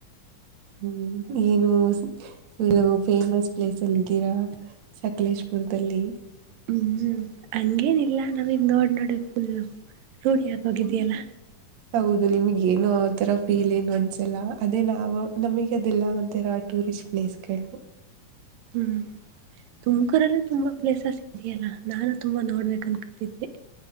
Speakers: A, on the right; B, on the right.
A: ಹ್ಮ ಏನುಲ್ಲ ಫೇಮಸ್ ಪ್ಲೇಸ್ ಅಲ್ಲಿ ಇದ್ದೀರಾ ಸಕಲೇಶ್ಪುರದಲ್ಲಿ
B: ಹ್ಮ್ ಹಂಗೇನಿಲ್ಲ ನಾವಿಂಗ ನೋಡ್ ನೋಡಿ ಫುಲ್ಲ ರೂಢಿ ಆಗೋಗಿದಯಲ್ಲ
A: ಹೌದು ನಿಮಗೆ ಏನು ಆ ತರ ಫೀಲ್ ಏನು ಅನ್ಸಲ್ಲ ಅದೇ ನಾವವು ನಮಗೆ ಅದಿಲ್ಲ ಒಂತರ ಟೂರಿಸ ್ ಪ್ಲೇಸ್ ಕ
B: ಹ್ಮ್ ತುಮ್ಕರೆಲ್ಲ ತುಂಬಾ ಪ್ಲೇಸ ಇದೆಯಲ್ಲ ನಾನು ತುಂಬಾ ನೋಡ್ಬೇಕ ಅನ್ಕತಿದ್ದೆ